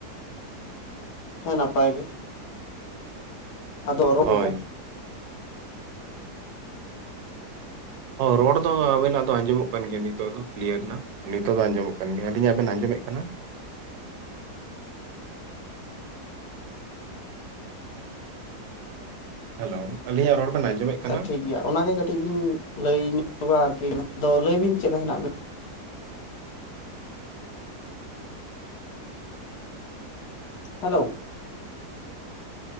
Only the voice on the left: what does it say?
ᱦᱮᱸ ᱱᱟᱯᱟᱭ ᱜᱮ ᱟᱫᱚ ᱚᱨ
ᱵᱮ <inaudible>
ᱟᱪᱪᱷᱟ
ᱴᱷᱤᱠ ᱜᱮᱭᱟ ᱚᱱᱟᱜᱮ ᱠᱟᱹᱴᱤᱡ ᱵᱤᱱ ᱞᱟᱹᱭ ᱧᱚᱜᱼᱟ ᱟᱨᱠᱤ ᱟᱫᱚ ᱞᱟᱹᱭ ᱵᱤᱱ ᱪᱮᱫ ᱞᱮᱠᱟ ᱦᱮᱱᱟᱜ ᱵᱮᱱᱟ ᱦᱮᱞᱳ